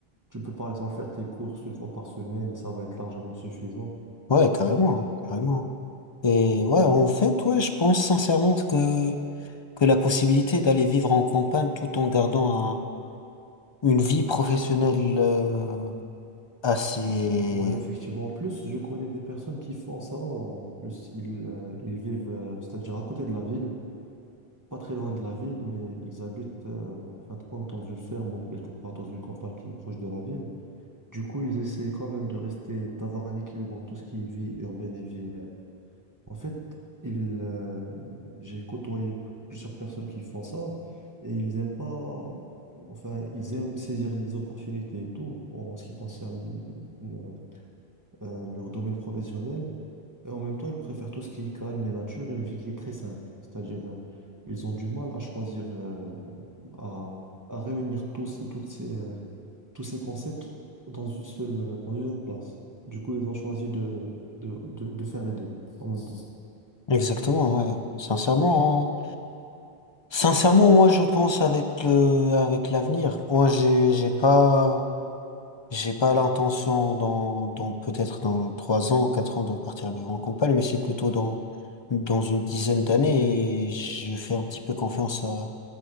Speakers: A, on the right; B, on the left.
A: tu peux par exemple faire tes courses une fois par semaine et ça va être largement suffisant.
B: Ouais, carrément, carrément. Et ouais, en fait, ouais, je pense sincèrement que, que la possibilité d'aller vivre en campagne tout en gardant un- une vie professionnelle euh, assez...
A: Effe- ouais, effectivement. En plus, je connais des personnes qui font ça. En plus, ils, euh, ils vivent, euh, c'est-à-dire à côté de la ville, pas très loin de la ville, mais ils habitent euh, en fin de compte dans une ferme ou quelque part dans une campagne qui est proche de la ville. Du coup, ils essayent quand même de rester, d'avoir un équilibre entre tout ce qui est vie urbaine et vie euh, En fait, il, euh, j'ai côtoyé plusieurs personnes qui font ça et ils aiment pas, enfin, ils aiment saisir les opportunités et tout en ce qui concerne euh, euh, leur domaine professionnel. Et en même temps, ils préfèrent tout ce qui est calme et nature et une vie qui est très simple. C'est-à-dire, euh, ils ont du mal à choisir, euh, à, à réunir tous, toutes ces, euh, tous ces concepts dans une seule, dans une seule place. Du coup, ils ont choisi de, de, de, de faire les deux en même temps.
B: Exactement, ouais. Sincèrement, hein. Sincèrement, moi, je pense avec le, avec l'avenir. Moi, j'ai, j'ai pas... J'ai pas l'intention dans, dans peut-être dans trois ans ou quatre ans de partir vivre en campagne, mais c'est plutôt dans, dans une dizaine d'années et je fais un petit peu confiance à,